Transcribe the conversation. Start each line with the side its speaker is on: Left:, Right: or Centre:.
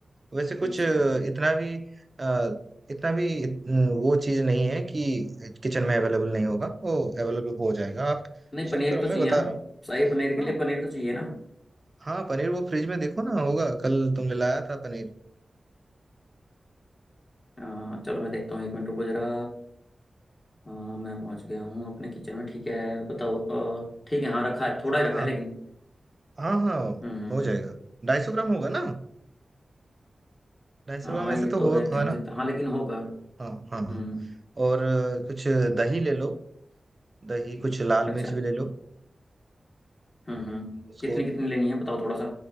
Right: वैसे कुछ
Left: अच्छा
Right: इतना भी अ, इतना भी इत, वो चीज़ नहीं है कि किचन में अवेलेबल नहीं होगा वो अवेलेबल हो जाएगा आप
Left: नहीं
Right: चेक
Left: पनीर
Right: करो
Left: तो चाहिए
Right: मैं बता
Left: ना
Right: रहा हूँ
Left: शाही पनीर के
Right: हाँ
Left: लिए पनीर तो चाहिए ना
Right: हाँ पनीर वो फ्रिज में देखो ना होगा कल तुमने लाया था पनीर
Left: अ, चलो मैं देखता हूँ एक मिनट रुको ज़रा हाँ मैं पहुँच गया हूँ अपने किचन में ठीक है बताओ अ, ठीक है हाँ रखा है थोड़ा
Right: हाँ
Left: ही रखा
Right: हाँ
Left: है लेकिन
Right: हाँ हाँ
Left: हम्म
Right: हो जाएगा ढाई सौ ग्राम होगा ना ढाई
Left: हाँ
Right: सौ ग्राम ऐसे
Left: ये
Right: तो
Left: तो
Right: हो
Left: मैं
Right: होगा
Left: कह नहीं सकता
Right: ना
Left: हाँ लेकिन होगा
Right: हाँ हाँ हाँ
Left: हम्म
Right: और अ, कुछ दही ले लो दही कुछ लाल
Left: अच्छा
Right: मिर्च भी ले लो
Left: हम्म हम्म
Right: उसको
Left: कितनी कितनी लेनी है बताओ थोड़ा सा